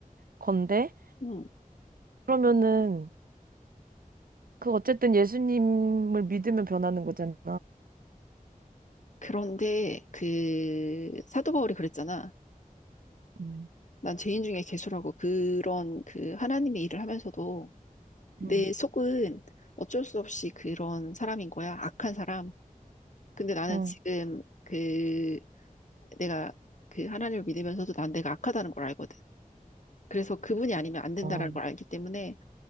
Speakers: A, on the right; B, on the left.
A: 건데
B: 음.
A: 그러면은 그 어쨌든 예수님을 믿으면 변하는 거잖아.
B: 그런데 그 사도 바울이 그랬잖아.
A: 음,
B: 난 죄인 중에 괴수라고 그런 그 하나님의 일을 하면서도 내
A: 응,
B: 속은 어쩔 수 없이 그런 사람인 거야. 악한 사람. 근데 나는
A: 응,
B: 지금 그 내가 그 하나님을 믿으면서도 난 내가 악하다는 걸 알거든. 그래서 그분이 아니면 안 된다라는
A: 아,
B: 걸 알기 때문에